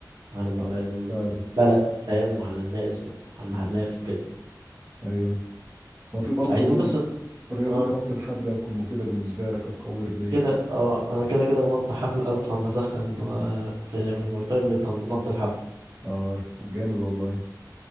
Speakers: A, on the right; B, on the right.
A: عن الم-
B: اه فعلا
A: البلد فاهم وعن الناس وعن المحلات
B: م-
A: وكده
B: ايوه وفي برضو
A: عايزين بس
B: رياضة
A: اه
B: نط الحبل هتكون مفيدة بالنسبة لك هتقوي رجليك
A: كده اه انا كده كده بنط حبل اصلا بسخن آه، في في الماي تاي بنط الحبل
B: اه طب جامد والله